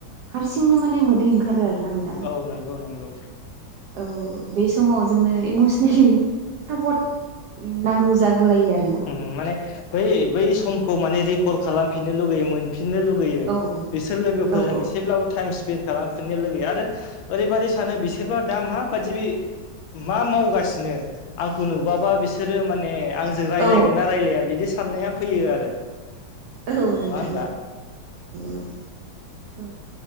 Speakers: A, on the right (about 70°); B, on the left (about 80°).
A: हारसिंनो माने मोदै ओंखारो आरोना आं।
B: औ नंगौ नंगौ।
A: औ बे समाव जोंनो इमसनेलि सापर्ट नांगौ जागुलायो आरो।
B: ओ माने बै बै समखौ माने रिकल खालामफिननो लुगैयोमोन फिननो लुगैयो
A: औ
B: बिसोर लोगोफोरजों
A: औ
B: एसेब्लाबो टाइम स्पेन्ड खालामफिननो लुगैयो आरो ओरैबायदि सानो बिसोरबा दा माबायदि मा मावगासिनो? आंखौ नुबाबा बिसोरो माने आंजों रायज्लायगोन
A: औ
B: ना रायलाया बिदि साननाया फैयो आरो
A: औ
B: नङा
A: नोंथां
B: होनबा
A: नंगौ नंगौ औ।